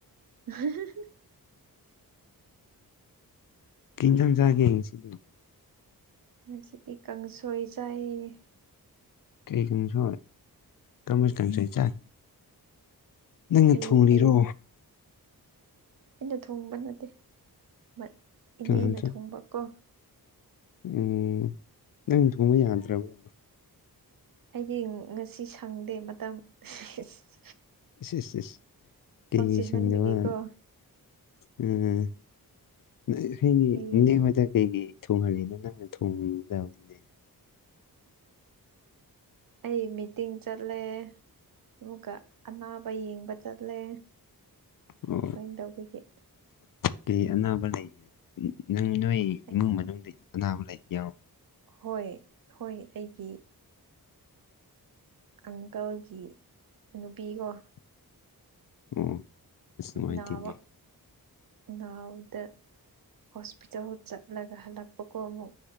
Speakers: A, on the right (about 65°); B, on the left (about 60°).
A: <unintelligible>
B: ꯀꯩ ꯏꯟꯖꯥꯡ ꯆꯥꯒꯦ ꯉꯁꯤꯗꯤ
A: ꯉꯁꯤꯗꯤ ꯀꯥꯡꯁꯣꯏ ꯆꯥꯏꯌꯦ
B: ꯀꯩ ꯀꯪꯁꯣꯢ ꯀꯔꯝꯕꯥ ꯀꯪꯁꯣꯏ ꯆꯥꯢ ꯅꯪꯅ
A: ꯑꯩ
B: ꯊꯨꯔꯤꯔꯣ
A: ꯑꯩ ꯑꯩꯅ ꯊꯣꯡꯕ ꯅꯠꯇꯦ ꯕꯠ ꯏꯅꯦꯅ
B: ꯀꯅꯥꯅ ꯊꯣꯡ
A: ꯊꯣꯡꯕ ꯀꯣ
B: ꯎꯝ ꯅꯪ ꯊꯣꯡꯕ ꯌꯥꯗ꯭ꯔꯥꯕꯣ
A: ꯑꯩꯗꯤ ꯉꯁꯤ ꯁꯪꯗꯦ ꯃꯇꯝ ꯏꯁ
B: ꯢꯁ ꯢꯁ ꯢꯁ ꯀꯩꯅꯤ
A: ꯆꯤꯟꯃꯟꯕꯒꯤꯀꯣ
B: ꯁꯪꯗꯦ ꯃꯥꯟ ꯎꯝ ꯅꫭꯏ ꯑꯩꯈꯣꯏꯒꯤ
A: ꯑꯩ
B: ꯢꯅꯦ ꯍꫭꯢꯗ ꯀꯩꯒꯤ ꯊꯣꯡꯍꯜꯂꯤꯅꯣ ꯅꯪꯅ ꯊꯣꯡꯗꯥꯝꯅꯦ
A: ꯑꯩ ꯃꯤꯇꯤꯡ ꯆꯠꯂꯦ ꯑꯃꯨꯛꯀ ꯑꯅꯥꯕ ꯌꯦꯡꯕ ꯆꯠꯂꯦ
B: ꯑꯣ
A: ꯀꯃꯥꯏ ꯇꯧꯕꯒꯤ
B: ꯀꯩ ꯑꯅꯥꯕ ꯂꯩꯒꯦ ꯅꯪ ꯅꯣꯏ
A: ꯑꯩ
B: ꯏꯃꯨꯡ ꯃꯅꯨꯡꯗꯩ ꯑꯅꯥꯕ ꯂꯩ ꯌꯥꯎ
A: ꯍꯣꯏ ꯍꯣꯏ ꯑꯩꯒꯤ ꯑꯪꯀꯜꯒꯤ ꯅꯨꯄꯤꯀꯣ
B: ꯑꯣ ꯑꯁ ꯅꯨꯡꯉꯥꯏꯇꯦꯅꯦ
A: ꯅꯥꯕ ꯅꯅꯥꯎꯗ ꯍꯣꯁꯄꯤꯇꯥꯜ ꯆꯠꯂꯒ ꯍꯜꯂꯛꯄꯀꯣ ꯑꯃꯨꯛ